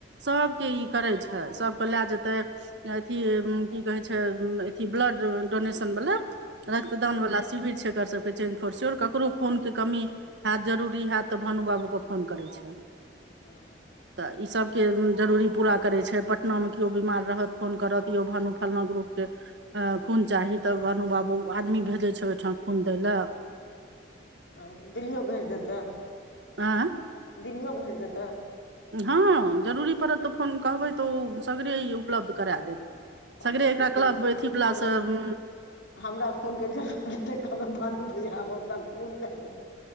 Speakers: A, on the right; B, on the left.
A: सबके ई करै छै सबके लाए जेतै अथी की कहै छै अथी ब्लड डोनेशन बला रक्तदान वाला शिविर छै एककर सब कऽ पिरचुन फुरचुन‌ ककरो खून कऽ कमी हाएत जरूरी हाएत तऽ भानु बाबू के फोन करे छै
B: <inaudible>
A: तऽ ई सबके जरूरी पूरा करै छै पटनामे कियो बिमार रहत फोन करत यौ भानू फलना ग्रुपके अ खून चाही तऽ भानू बाबू आदमी भेजै छै ओयठा खून दैले
B: औ दिल्लियो भेज देतऽ
A: आँय
B: दिल्लियो भेज देतऽ
A: ह जरूरी पड़त तऽ फोन कहबै तऽ ओ सगरे ई उपलब्ध करा देत
B: हँ
A: सगरे एकरा
B: ठीके
A: क्लब
B: छै
A: अथि बला
B: हमरा
A: सऽ
B: हमरा खून कऽ जरूर कहबै मानू भैया हो हमरा खून दाए द